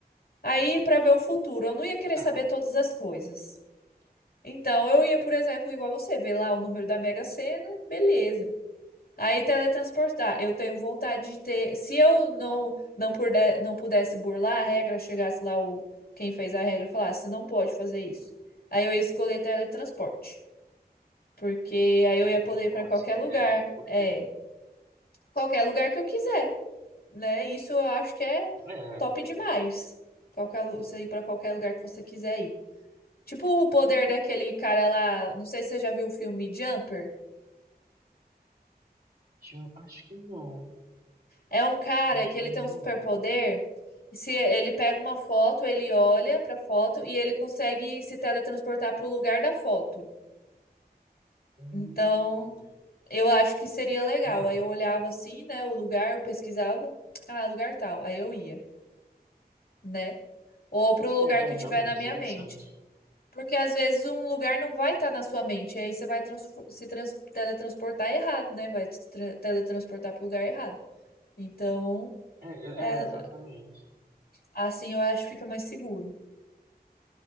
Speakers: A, on the left (about 65°); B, on the right (about 70°).
A: Aí, pra ver o futuro, eu não ia querer
B: ah,
A: saber todas as coisas. Então, eu ia, por exemplo, igual você, ver lá o número da Mega Sena, beleza. Aí, teletransportar. Eu tenho vontade de ter. Se eu não não, puder, não pudesse burlar a regra, chegasse lá o quem fez a regra e falasse, você não pode fazer isso. Aí eu ia escolher teletransporte. Porque aí
B: teletransporte,
A: eu ia poder ir pra qualquer
B: né?
A: lugar.
B: É, por
A: É,
B: quê?
A: qualquer lugar que eu quiser, né? Isso eu acho que é
B: É,
A: top demais. Qualquer, isso aí pra qualquer lugar que você quiser ir. Tipo o poder daquele cara lá, não sei se você já viu o filme Jumper.
B: deixa eu- acho que não.
A: É um cara
B: Eu acho
A: que
B: que
A: ele
B: eu não
A: tem
B: vi,
A: um superpoder.
B: não.
A: e Se ele pega uma foto, ele olha pra foto e ele consegue se teletransportar pro lugar da foto.
B: Hum,
A: Então, eu acho que seria legal.
B: aham.
A: Aí eu olhava assim, né, o lugar, eu pesquisava, ah, lugar tal, aí eu ia, né? Ou pro lugar
B: É,
A: que
B: é, realmente,
A: tiver na minha
B: interessante.
A: mente. Porque às vezes um lugar não vai estar na sua mente, e aí você vai transfor- se trans- teletransportar errado, né? Vai se tra- teletransportar para o lugar errado. Então,
B: É, é,
A: é-
B: é, exatamente.
A: assim eu acho que fica mais seguro.